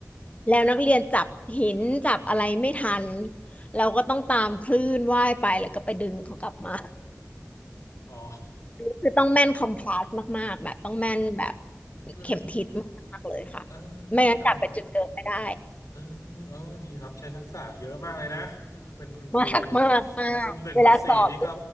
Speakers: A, on the left (about 25°); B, on the left (about 85°).
A: แล้วนักเรียนจับหินจับอะไรไม่ทันเราก็ต้องตามคลื่นว่ายไปแล้วก็ไปดึงเขากลับมา
B: อ๋อ
A: คือต้องแม่นคอมพลาสมากๆแบบต้องแม่นแบบ
B: เออ
A: เข็มทิศมากๆเลยค่ะ
B: เออ
A: ไม่งั้นจับไปจุดเดิมไม่ได้
B: ครับครับเออเออดีครับใช้ทักษะเยอะมากเลยนะเป็นคุณครูเนี่ย
A: มากมากมากเวลาสอบ
B: คุมหนึ่งต่อสี่นี่ก็